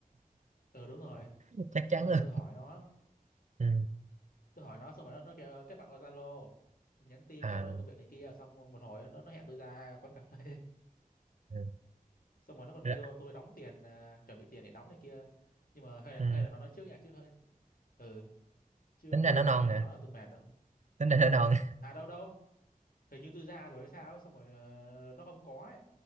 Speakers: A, on the left; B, on the right.
A: ờ đúng rồi
B: <laughs> chắc
A: xong
B: chắn
A: rồi
B: luôn
A: tôi hỏi nó
B: ừ.
A: tôi hỏi nó xong rồi nó nó kêu kết bạn qua Zalo xong nhắn tin
B: À,
A: trao đổi công việc này kia xong một hồi nó nó hẹn tôi ra quán cà phê
B: ừ.
A: xong rồi nó còn
B: Ra-
A: kêu tôi đóng tiền à, chuẩn bị tiền để đóng này kia nhưng mà hay là,
B: ừ.
A: hay là nó nói trước nha chứ hơi ừ chứ
B: tính ra
A: tôi
B: nó
A: ra
B: non
A: nó mới
B: nè
A: nói là tôi mệt đó.
B: tính ra nó non
A: à đâu đâu hình như tôi ra rồi hay sao ấy xong rồi ờ, nó không có ấy